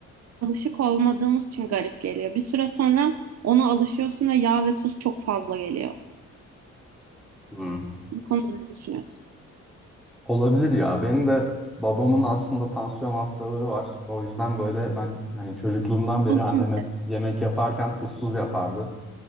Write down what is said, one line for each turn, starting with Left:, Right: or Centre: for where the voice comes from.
Right: alışık olmadığımız için garip geliyor. Bir süre sonra ona alışıyorsun ve yağ ve tuz çok fazla geliyor.
Centre: Hı.
Right: Bu konuda ne düşünüyorsun?
Centre: Olabilir ya. Benim de babamın aslında tansiyon hastalığı var. O yüzden böyle ben hani çocukluğumdan beri
Right: Tuzlu
Centre: annem
Right: mu?
Centre: hep yemek yaparken tuzsuz yapardı.